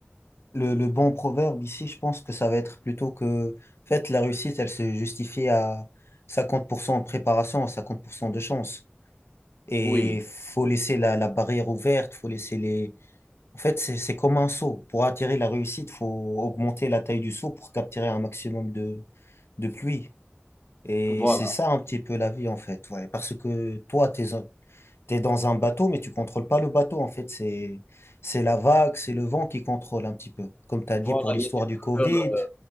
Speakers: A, on the left; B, on the left.
A: le, le bon proverbe ici, je pense que ça va être plutôt que, en fait, la réussite, elle se justifie à 50% de préparation, à 50% de chance. Et
B: Oui,
A: faut laisser la, la barrière ouverte, faut laisser les, En fait, c'est, c'est comme un seau. Pour attirer la réussite, faut augmenter la taille du seau pour capturer un maximum de, de pluie. Et
B: voilà,
A: c'est ça un petit peu la vie, en fait. Ouais. Parce que toi, t'es, t'es dans un bateau, mais tu contrôles pas le bateau, en fait. C'est, c'est la vague, c'est le vent qui contrôle un petit peu. Comme tu as dit
B: voilà,
A: pour l'histoire
B: il y a des
A: du Covid.
B: facteurs,